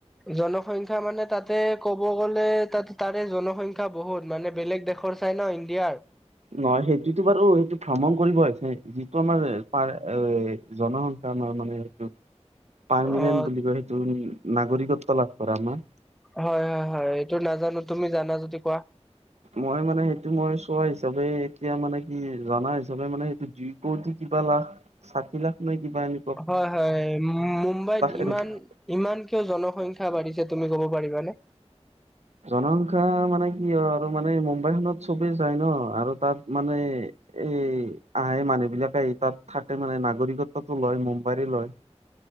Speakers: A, in the centre; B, on the right.
A: জনসংখ্যা মানে তাতে ক'ব গ'লে তাত তাৰে জনসংখ্যা বহুত মানে বেলেগ দেশৰ চাই ন, ইণ্ডিয়াৰ।
B: নহয়, সেইটোতো বাৰু সেইটো ভ্ৰমণ কৰিব আহিছে যিটো আমাৰ পাৰ এ জনস আমাৰ মানে সেইটো পাৰ্মিনেন্ট
A: অ
B: বুলি কয় সেইটো নাগৰিকত্ব লাভ কৰা আমাৰ।
A: হয় হয়, এইটো নাজানো, তুমি জানা যদি কোৱা?
B: মই মানে সেইটো মই চইচ চবেই এতিয়া মানে কি জনা হিচাপে মানে এইটো দুই কোটি কিবা লাখ? ষাঠী লাখ নাই কিবা এনে?
A: হয় হয় মুম্বাইত
B: এনেকুৱা
A: ইমান ইমান কিয় জনসংখ্যা বাঢ়িছে তুমি ক'ব পাৰিবানে?
B: জনসংখ্যা মানে কি হয় আৰু মানে মুম্বাইখনত চবেই যায় ন আৰু তাত মানে এ আহে মানুহবিলাকে আহি তাত থাকে মানে নাগৰিক তটো লয় মুম্বাইৰে লয়।